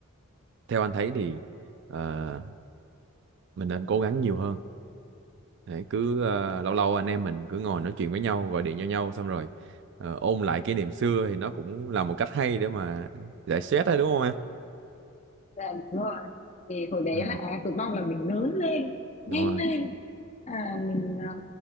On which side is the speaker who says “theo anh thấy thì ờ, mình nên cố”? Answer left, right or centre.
Right